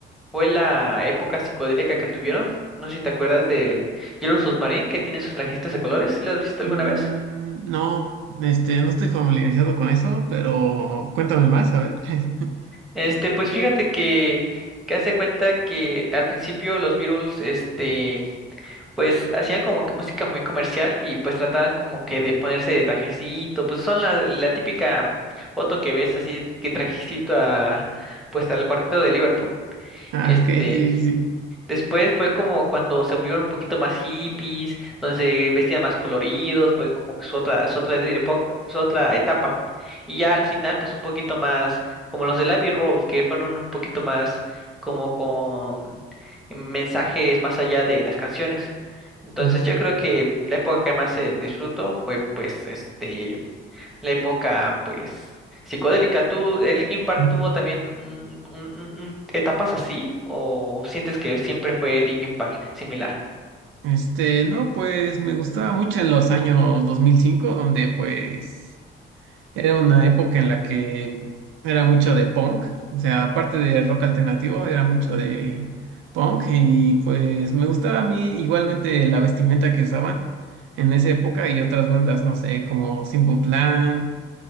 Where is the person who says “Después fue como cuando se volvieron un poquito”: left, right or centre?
Centre